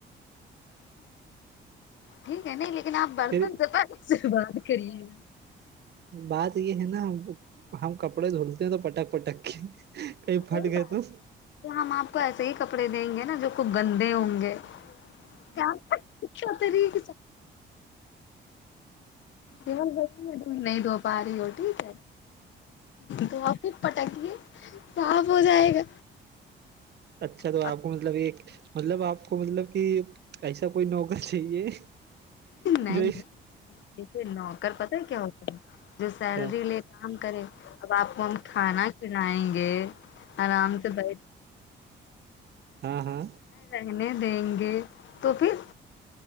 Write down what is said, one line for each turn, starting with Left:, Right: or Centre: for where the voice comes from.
Left: ٹھیک ہے نہیں لیکن آپ برتن
Right: پھر
Left: سے بات کریے گا
Right: بات یہ ہے نا ہم کپڑے دھولتے ہیں تو پٹک پٹک کے کئی
Left: کوئی
Right: فٹ گئے
Left: بات
Right: تو
Left: نہیں تو ہم آپ کو ایسے ہی کپڑے دیں گے نا جو خب گندے ہوں گے کیا اچھا طریق <inaudible> تم نہیں دھو باری ہو ٹھیک ہے تو آپ پھر پٹکیے صاف ہو جائے گا
Right: اچھا تو
Left: اور
Right: آپ کو مطلب ایک مطلب آپ کو مطلب کہ ایسا کوئی نوکر چاہیے
Left: نہیں
Right: جو
Left: نہیں دیکھیے نوکر پت ہے کیا ہوتا ہے جو سیلری
Right: کیا
Left: کام کرے اب آپ کو ہم کھانا کھلائیں گے آرام سے بیٹھ
Right: ہاں ہاں
Left: رہنے دیں گے تو پھر